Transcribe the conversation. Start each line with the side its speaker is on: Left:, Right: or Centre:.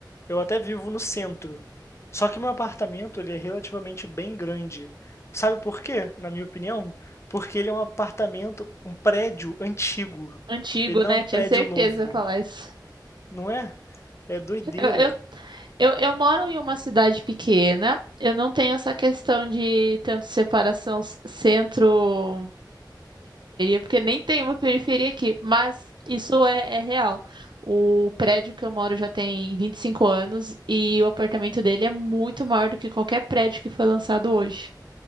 Left: eu até vivo no centro. Só que meu apartamento, ele é relativamente bem grande. Sabe por quê? Na minha opinião, porque ele é um apartamento, um prédio antigo.
Right: Antigo,
Left: Ele não
Right: né?
Left: é prédio
Right: Tinha certeza
Left: novo,
Right: de falar isso.
Left: não é? É doideira.
Right: Eu, eu Eu, eu moro em uma cidade pequena, eu não tenho essa questão de tanto separação s- centro-periferia, porque nem tem uma periferia aqui, mas isso é, é real. O prédio que eu moro já tem 25 anos e o apartamento dele é muito maior do que qualquer prédio que foi lançado hoje.